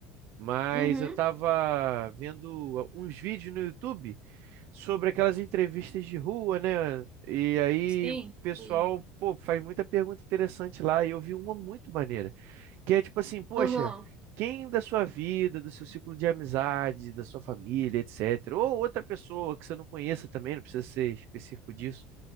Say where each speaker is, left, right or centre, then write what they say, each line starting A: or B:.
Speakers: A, on the right; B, on the right.
A: mas
B: Uhum,
A: eu tava vendo uns vídeos no YouTube sobre aquelas entrevistas de rua, né? E aí
B: sim,
A: o pessoal,
B: sim.
A: pô, faz muita pergunta interessante lá e eu vi uma muito maneira. Que é tipo assim, poxa,
B: Aham,
A: quem da sua vida, do seu ciclo de amizade, da sua família, etc., ou outra pessoa que você não conheça também, não precisa ser específico disso,